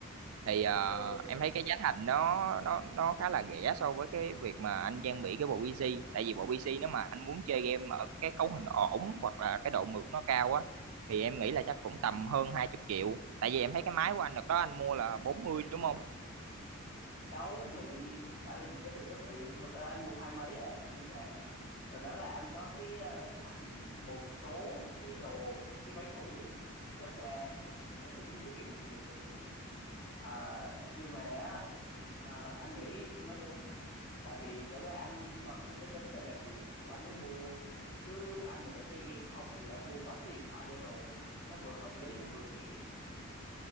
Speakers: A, on the right; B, on the left.
A: thì ờ,
B: ờ
A: em thấy cái giá thành nó nó nó khá là rẻ so với cái việc mà anh trang bị cái bộ PC tại vì bộ PC nếu mà anh muốn chơi game ở cái cấu hình ổn hoặc là cái độ mượt nó cao á thì em nghĩ là chắc cũng
B: ừ.
A: tầm hơn 20 triệu tại vì em thấy cái máy của anh đợt đó anh mua là 40 đúng không
B: đâu mày đã làm gì có từng đó tiền thật ra anh mua hai mấy à nhưng mà đó, đó là anh có cái ờ, sẵn một số cái đồ cái váy cũ sớt qua nên cũng tiết kiệm được nhiều tiền à, nhưng mà á, ờ, anh nghĩ em nói đúng tại vì chả qua anh cần cái máy tính để làm việc thì anh mới mua chứ anh mà để chơi game không thì anh mua quách cái điện thoại cho rồi nó vừa hợp lý nó vừa rẻ